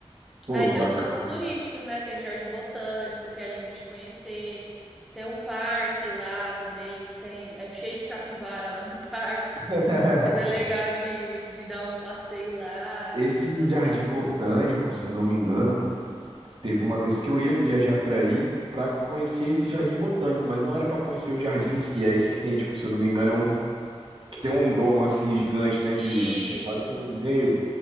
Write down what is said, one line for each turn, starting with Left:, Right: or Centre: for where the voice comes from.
Right: Pô,
Centre: Aí
Right: que
Centre: tem
Right: bacana.
Centre: os pontos turísticos, né? Tem o Jardim Botânico, que é lindo de conhecer. Tem o parque lá também, que tem, é cheio de capivara lá no <laughs> parque.
Right: <laughs>
Centre: Mas é legal de, de dar um passeio lá.
Right: Esse
Centre: Então, assim,
Right: jardim botânico,
Centre: é top.
Right: se eu não me engano, teve uma vez que eu ia viajar para aí para conhecer esse jardim botânico, mas não era para conhecer o jardim em si, é esse que tem, tipo, se eu não me engano, é um que tem um domo assim gigante, né,
Centre: Isso,
Right: de, de cristal assim no meio.